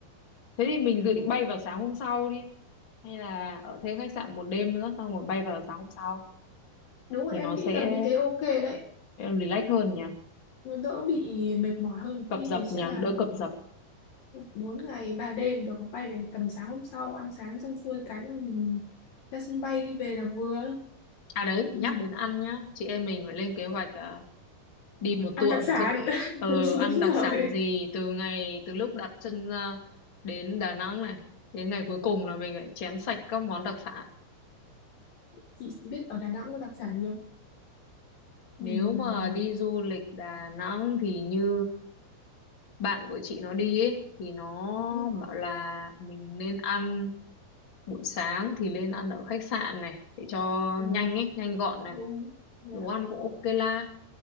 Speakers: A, on the left; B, on the left.
A: thế thì mình dự
B: đến
A: định bay vào sáng hôm sau đi hay là ở thêm khách sạn một đêm nữa xong rồi bay vào sáng hôm sau
B: đúng rồi
A: thì
B: em
A: nó
B: nghĩ
A: sẽ
B: tầm như thế ok đấy
A: relax hơn nhỉ
B: nó đỡ bị mệt mỏi hơn
A: cập
B: thì
A: dập
B: thì sẽ
A: nhỉ
B: là
A: đỡ cập dập
B: bốn ngày ba đêm được bay về tầm sáng hôm sau ăn sáng xong xuôi cái rồi mình ra sân bay đi về là vừa
A: À đấy,
B: ừ.
A: nhắc đến ăn nhá, chị em mình phải lên kế hoạch à, đi một
B: ăn
A: tour
B: đặc
A: ẩm
B: sản
A: thực
B: <laughs> đúng
A: ờ ăn đặc
B: rồi
A: sản gì từ ngày từ lúc đặt chân ra đến Đà Nẵng này đến ngày cuối cùng là mình phải chén sạch các món đặc sản
B: chị biết ở Đà Nẵng có đặc sản gì không
A: nếu
B: mình
A: mà đi du lịch Đà Nẵng thì như bạn của chị nó đi ấy, thì nó
B: ừ.
A: bảo là mình nên ăn buổi sáng thì nên ăn ở khách sạn này để cho
B: Ừ.
A: nhanh ấy nhanh gọn này
B: Ừ. Dạ.
A: đồ ăn cũng ok la